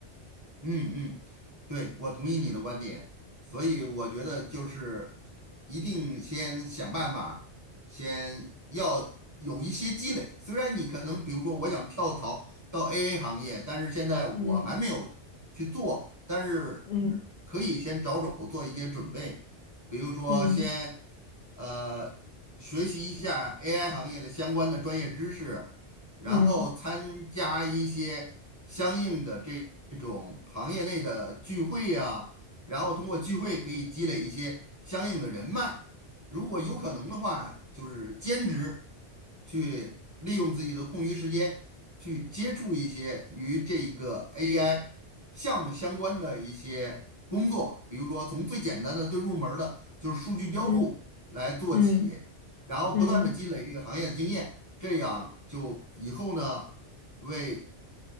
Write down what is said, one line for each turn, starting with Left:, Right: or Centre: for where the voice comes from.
Right: 嗯嗯，对，我同意你的观点，所以我觉得就是一定先想办法，先要有一些积累。虽然你可能比如说我想跳槽到 AA 行业，但是现在我还没有去做，
Left: 嗯
Right: 但是
Left: 嗯
Right: 可以先着手做一些准备，比如说先
Left: 嗯
Right: 呃学习一下 AI 行业的相关的专业知识。然后参加一些相应的这种行业内的聚会呀、
Left: 嗯
Right: 然后通过聚会可以积累一些相应的人脉。如果有可能的话，就是兼职去利用自己的空余时间去接触一些与这个 AI 项目相关的一些工作，比如说从最简单的、最入门儿的，就是数据标注来做起。
Left: 嗯嗯
Right: 然后不断的积累这个行业的经验，
Left: 嗯，嗯
Right: 这样就以后呢，为